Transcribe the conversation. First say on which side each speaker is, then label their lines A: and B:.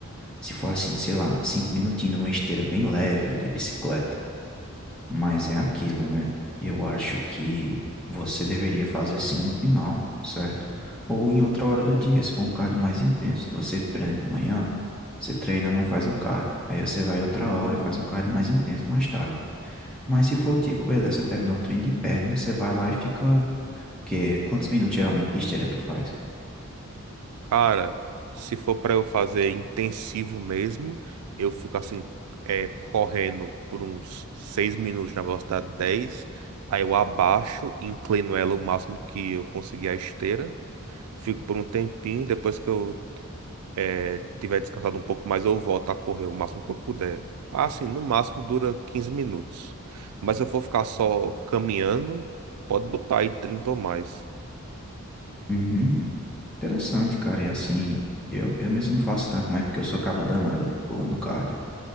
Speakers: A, in the centre; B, on the right.
A: Se for assim, sei lá, cinco minutinhos de uma esteira bem leve ou de bicicleta. Mas é aquilo, né? Eu acho que você deveria fazer sim no final, certo? Ou em outra hora do dia, se for um cardio mais intenso. Então você treina de manhã, você treina, não faz o cardio. Aí você vai outra hora e faz um cardio mais intenso mais tarde. Mas se for tipo, beleza, você terminou o treino de perna, você vai lá e fica que, quantos minutos geralmente de esteira tu faz?
B: Cara, se for pra eu fazer intensivo mesmo, eu fico assim, é, correndo por uns 6 minutos na velocidade 10, aí eu abaixo, inclino ela o máximo que eu conseguir a esteira, fico por um tempinho, depois que eu é, tiver descansado um pouco mais, eu volto a correr o máximo que eu puder. Assim, no máximo dura 15 minutos. Mas se eu for ficar só caminhando, pode botar aí 30 ou mais.
A: Uhum, interessante, cara. E assim, eu, eu mesmo não faço tanto, mas porque eu sou caba danada, eu fico pulando cardio.